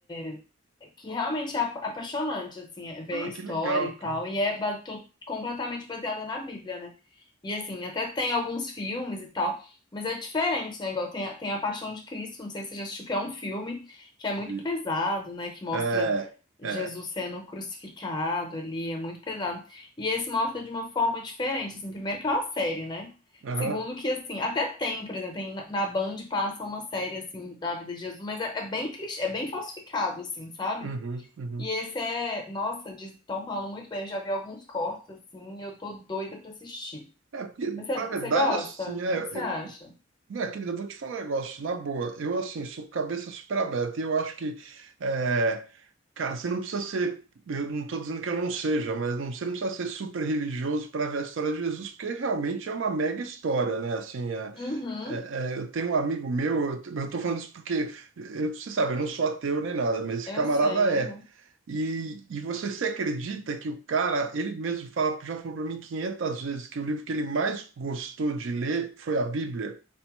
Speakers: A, on the left (about 20°); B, on the right (about 70°).
A: é- é que realmente é apa- apaixonante, assim, é ver
B: Ah,
A: a história
B: que legal,
A: e tal.
B: cara.
A: E é ba- to- completamente baseada na Bíblia, né? E, assim, até tem alguns filmes e tal, mas é diferente, né? Igual tem, a- tem A Paixão de Cristo, não sei se você já assistiu, que é um filme que é muito
B: Vi.
A: pesado, né? Que mostra
B: É,
A: Jesus
B: é. é.
A: sendo crucificado ali, é muito pesado. E esse mostra de uma forma diferente, assim, primeiro que é uma série, né?
B: Aham,
A: Segundo que, assim, até tem, por exemplo, tem, na na Band passa uma série, assim, da vida de Jesus, mas é, é bem clichê, é bem falsificado, assim, sabe?
B: uhum, uhum.
A: E esse é, nossa, estão falando muito bem, eu já vi alguns cortes, assim, e eu tô doida pra assistir.
B: É, porque,
A: Mas você
B: na verdade,
A: você gosta?
B: assim,
A: O
B: é,
A: que que você acha?
B: Minha querida, eu vou te falar um negócio, na boa, eu assim, sou cabeça super aberta e eu acho que, é, cara, você não precisa ser, eu não estou dizendo que eu não seja, mas não, você não precisa ser super religioso para ver a história de Jesus, porque realmente é uma mega história, né? Assim, é-
A: Uhum,
B: é- é, eu tenho um amigo meu, eu, estou falando isso porque, eu, você sabe, eu não sou ateu nem nada, mas esse
A: eu
B: camarada
A: sei,
B: é.
A: aham.
B: E, e você se acredita que o cara, ele mesmo fala, já falou para mim 500 vezes que o livro que ele mais gostou de ler foi a Bíblia?